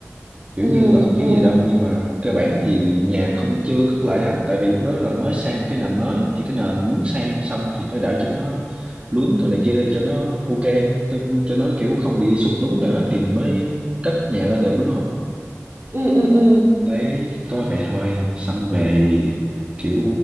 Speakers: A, on the right; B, on the right.
A: kiểu
B: ừ
A: như là không thiếu
B: ừ
A: gì đâu nhưng mà cơ bản thì nhà không chưa cất lại á tại vì lúc đó là mới sang một cái nền mới thì cái nền muốn sang xong thì phải để cho nó lún rồi này kia cho nó ok tương- cho nó kiểu không bị sụt lún nữa thì mình mới cất nhà lên được đúng không
B: ừ ừ ừ
A: đấy coi vậy thôi xong về kiểu